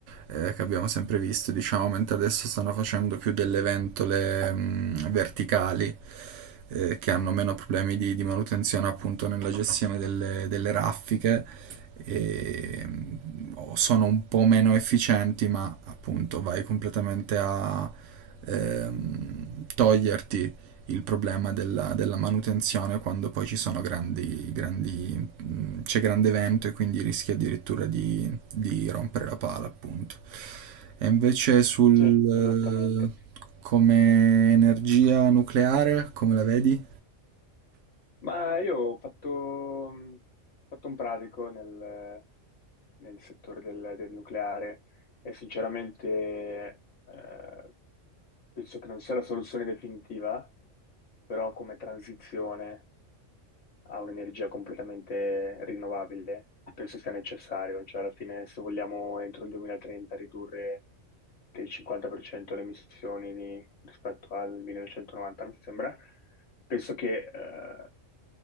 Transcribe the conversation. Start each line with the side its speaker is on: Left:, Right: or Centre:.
Right: eh, che abbiamo sempre visto, diciamo, mentre adesso stanno facendo più delle ventole mh, verticali eh, che hanno meno problemi di, di manutenzione appunto nella gestione delle, delle raffiche e mh, o sono un po' meno efficienti, ma appunto vai completamente a ehm, toglierti il problema della, della manutenzione quando poi ci sono grandi, grandi mh, c'è grande vento e quindi rischia addirittura di, di rompere la pala, appunto. E invece sul,
Left: sì,
Right: eh,
Left: esattamente.
Right: come energia nucleare, come la vedi?
Left: Ma io ho fatto, mh, fatto un pratico nel, nel settore del, del nucleare e sinceramente eh, penso che non sia la soluzione definitiva, però come transizione. a un'energia completamente rinnovabile, penso sia necessario, cioè alla fine se vogliamo entro il 2030 ridurre del 50% le emissioni di- rispetto al 1990, mi sembra, penso che eh,